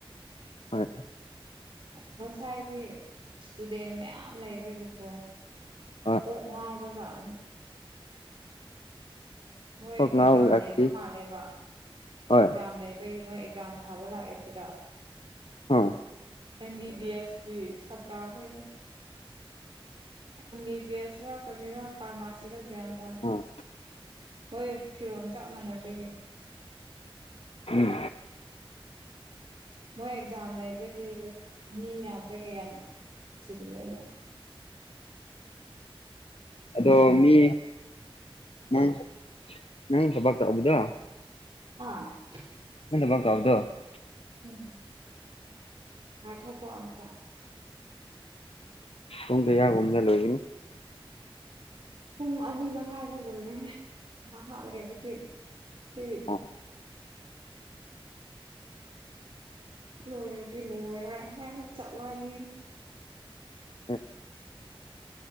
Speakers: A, on the left; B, on the right.
A: ꯍꯣꯏ
B: ꯉꯁꯥꯏꯗꯤ ꯏꯁꯇꯨꯗꯦꯟ ꯃꯌꯥꯝ ꯂꯩꯕꯒꯤꯀꯣ
A: ꯑꯥ
B: ꯀꯣꯛ ꯉꯥꯎꯕꯖꯥꯠꯅꯦ ꯃꯣꯏ
A: ꯀꯣꯛ ꯉꯥꯎꯒꯛꯇꯤ
B: ꯑꯦꯛꯖꯥꯝ ꯂꯩꯕ ꯃꯥꯜꯂꯦꯕ
A: ꯍꯣꯏ
B: ꯑꯦꯛꯖꯥꯝ ꯂꯩꯕꯒꯤ ꯃꯣꯏ ꯑꯦꯛꯖꯥꯝ ꯊꯥꯕ ꯂꯥꯛꯑꯦ ꯁꯤꯗ
A: ꯑꯥ
B: ꯑꯦꯝ ꯕꯤ ꯕꯤ ꯑꯦꯁ ꯀꯤ ꯁꯥꯇ꯭ꯔꯥ ꯍꯣꯏꯗꯣ ꯑꯦꯝ ꯕꯤ ꯕꯤ ꯑꯦꯁ ꯔꯥ ꯀꯔꯤꯔꯥ ꯐꯥꯔꯃꯥꯁꯤꯔꯥ ꯒꯌ꯭ꯥꯟ ꯇꯥꯗꯦ
A: ꯑꯥ
B: ꯃꯣꯏ ꯐꯤꯔꯣꯜ ꯆꯞ ꯃꯥꯟꯅꯕꯒꯤ
A: ꯎꯝ
B: ꯃꯣꯏ ꯑꯦꯛꯖꯥꯝ ꯂꯩꯕꯒꯤ ꯃꯤ ꯌꯥꯝꯕꯒꯤ ꯌꯥꯝ ꯆꯤꯟꯂꯦꯕ
A: ꯑꯗꯣ ꯃꯤ ꯅꯪ ꯅꯪ ꯊꯥꯕꯛꯇꯣ ꯑꯗꯨꯗꯥ
B: ꯍꯣꯏ <inaudible>
A: <inaudible>
B: ꯎꯝ ꯉꯥꯏꯈꯣꯀꯣ ꯑꯝꯇꯥ
A: ꯄꯨꯡ ꯀꯌꯥ ꯒꯨꯝꯕꯗꯥ ꯂꯣꯏꯒꯅꯤ
B: ꯄꯨꯡ ꯑꯅꯤ ꯃꯈꯥꯏꯗ ꯂꯣꯏꯔꯦꯍꯦ ꯉꯩꯍꯥꯛ ꯂꯩꯔꯗꯤ ꯁꯤ
A: ꯑꯥ
B: ꯂꯣꯏꯔꯗꯤ ꯂꯣꯏꯔꯦꯍꯦ ꯆꯠꯂꯅꯤ
A: <inaudible>